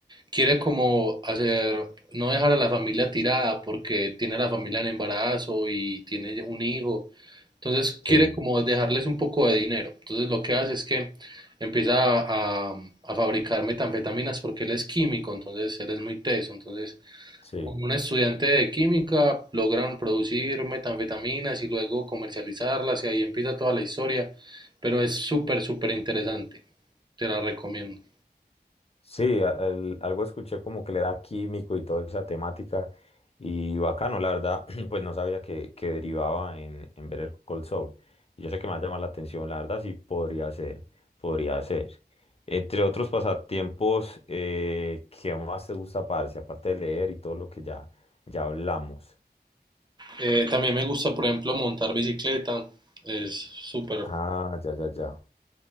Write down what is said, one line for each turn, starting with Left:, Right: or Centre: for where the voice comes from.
Right: quiere como hacer, no dejar a la familia tirada porque tiene a la familia en embarazo y tiene un hijo. Entonces
Left: sí.
Right: quiere como dejarles un poco de dinero. Entonces lo que hace es que empieza a, a- a fabricar metanfetaminas porque él es químico, entonces él es muy teso. Entonces
Left: sí.
Right: con un estudiante de química logran producir metanfetaminas y luego comercializarlas y ahí empieza toda la historia. Pero es súper, súper interesante. Te la recomiendo.
Left: Sí, a- el- algo escuché como que le era químico y toda esa temática. Y bacano, la verdad, <clears throat> pues no sabía que, que derivaba en, en ver el Cold Soul. Y yo sé que me va a llamar la atención, la verdad, sí podría ser, podría ser. Entre otros pasatiempos, eh, ¿qué más te gusta, parce? Aparte de leer y todo lo que ya, ya hablamos.
Right: Eh, también me gusta, por ejemplo, montar bicicleta. Es súper.
Left: Ah, ya, ya, ya.